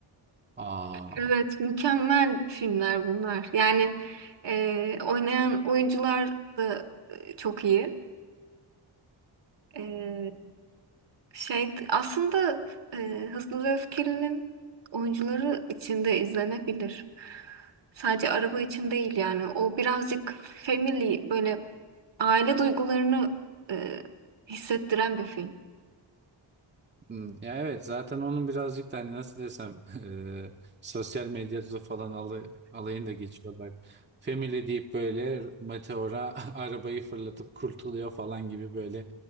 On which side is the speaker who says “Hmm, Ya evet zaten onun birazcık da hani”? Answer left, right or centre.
Right